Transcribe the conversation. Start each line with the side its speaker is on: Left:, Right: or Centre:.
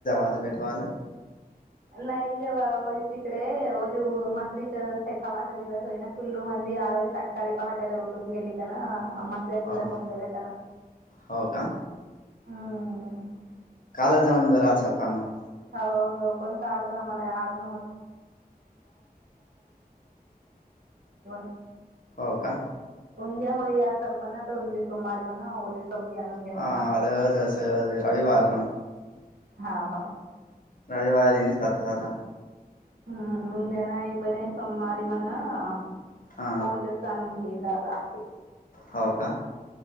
Left: आज भेटवायला
Right: नाई जेवावल्ति इकडे ओजू मसरीचं शेखावाचा दिवस होईना फुल्लू मंदी आरळी सक्कारी पहाट्याला उठून गेली का ना
Left: हो हो का
Right: <unintelligible> हां
Left: कालच जाऊन जराच कामा
Right: हो हो पण काल आम्हाला आज <unintelligible>
Left: हो का?
Right: <unintelligible>
Left: <unintelligible>
Right: घेऊन खातात हां हां.
Left: रविवारी नाही खात का आता?
Right: <unintelligible> <unintelligible>
Left: हा
Right: <unintelligible>
Left: हो का?